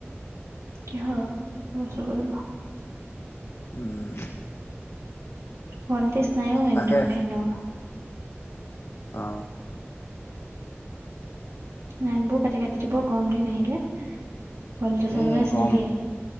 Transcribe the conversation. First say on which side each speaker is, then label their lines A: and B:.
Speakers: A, on the right; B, on the left.
A: কিহৰ হূলস্থুল কৰিব
B: উম
A: ভল্টেজ নাইও একদম
B: তাকে
A: ফেনৰ
B: অ
A: নইনবোৰ কাটি কাটি দিব গৰম দিন আহিলে গলটো চালছ
B: এই গৰম
A: নিদিয়ে।